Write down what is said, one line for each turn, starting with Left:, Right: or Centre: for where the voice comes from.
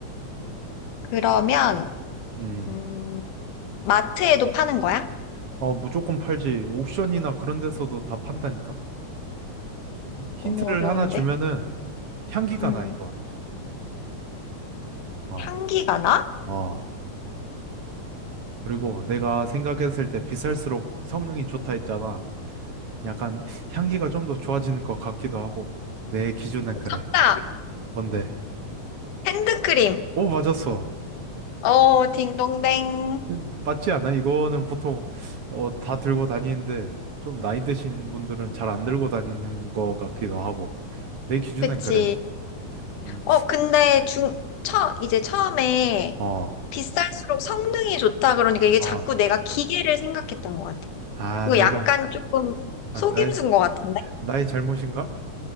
Left: 그러면,
Right: 음,
Left: 음, 마트에도 파는 거야?
Right: 어, 무조건 팔지. 옥션이나 그런 데서도 다 판다니까? 힌트를
Left: 너무 어려운데.
Right: 하나 주면은 향기가
Left: 음,
Right: 나, 이건. 어,
Left: 향기가 나?
Right: 어. 그리고 내가 생각했을 때 비쌀수록 성능이 좋다 했잖아. 약간 향기가 좀 더 좋아지는 것 같기도 하고 내 기준엔 그래.
Left: 정답!
Right: 뭔데?
Left: 핸드크림.
Right: 오, 맞았어.
Left: 어, 딩동댕.
Right: 음, 맞지 않아? 이거는 보통 어, 다 들고 다니는데 좀 나이 드신 분들은 잘 안 들고 다니는 것 같기도 하고 내 기준엔
Left: 그치.
Right: 그래. 음,
Left: 어, 근데 중, 처, 이제 처음에
Right: 어,
Left: 비쌀수록 성능이 좋다 그러니까 이게
Right: 어,
Left: 자꾸 내가 기계를 생각했던 것 같아.
Right: 아,
Left: 이거
Right: 내가
Left: 약간 조금
Right: 아,
Left: 속임수인
Right: 나
Left: 것 같은데?
Right: 나의 잘못인가?